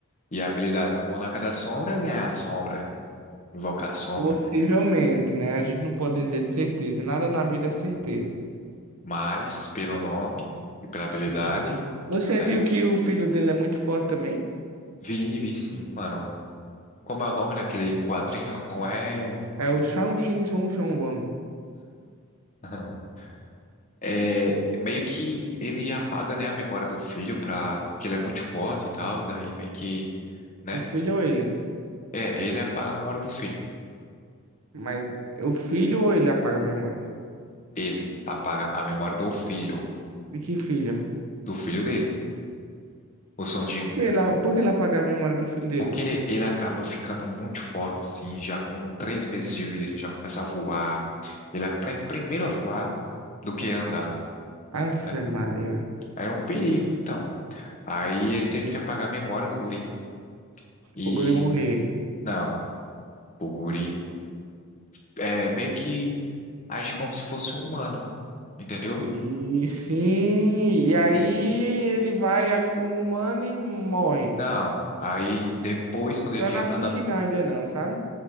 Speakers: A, on the left (about 35°); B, on the right (about 85°).
A: E a habilidade do Monarca das Sombras é a sombra, invocar a sombra.
B: Possivelmente, né? A gente não pode dizer de certeza. Nada na vida é certeza.
A: Mas, pelo nome e pela habilidade,
B: Sim. Você
A: é.
B: viu que o filho dele é muito forte também?
A: Vi, vi sim, mano. Como é o nome daquele quadrinho? Não é.
B: É o Shang Xin Song Shang Wan.
A: <laughs> É meio que ele apaga, né, a memória do filho pra. Porque ele é muito forte e tal. Daí meio que, né?
B: O filho ou ele?
A: É, ele apaga a memória do filho.
B: Mas o filho ou ele apaga a memória?
A: Ele apaga a memória do filho.
B: De que filho?
A: Do filho dele. O Son Jin-Hoon.
B: Por que ele, por que ele apaga a memória do filho dele?
A: Porque ele acaba ficando muito forte, assim, já com três meses de vida, ele já começa a voar. Ele aprende primeiro a voar do que andar.
B: Ave
A: né?
B: Maria.
A: Era um perigo, então. Aí ele teve que apagar a memória do guri e
B: O guri morrer.
A: não, o guri é meio que age como se fosse um humano, entendeu?
B: E sim,
A: Se-
B: e aí ele vai, age como humano e morre.
A: Não. Aí depois, quando ele
B: Eu não
A: já
B: assisti
A: tá na.
B: não, ainda não, sabe?